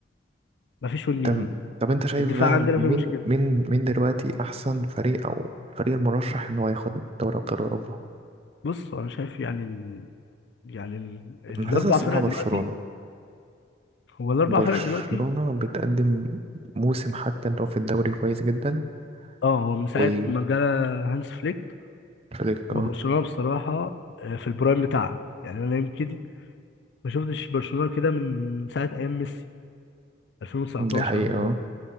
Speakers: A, on the left; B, on the right.
A: مفيش وينج
B: طب
A: يمين
B: طب انت شايف
A: الدفاع
B: بقى
A: عندنا
B: مين
A: فيه مشكله
B: مين مين دلوقتي احسن فريق او الفريق المرشح ان هو ياخد دوري ابطال اوروبا
A: بص انا شايف يعني ال... يعني ال...
B: أنا
A: الاربع
B: حاسسها الصراحه
A: فرق
B: برشلونه
A: دلوقتي هو الاربع
B: برشلونه
A: فرق دلوقتي
B: بتقدم موسم حتى لو في الدوري كويس جدا
A: اه هو من ساعه
B: وفليك
A: ما جالا هانس فليك
B: اه
A: وبرشلونه بصراحه آه، في البرايم بتاعها يعني انا يمكن ما شفتش برشلونه كده من من ساعه ايام ميسي 2019
B: دي حقيقه
A: و...
B: اه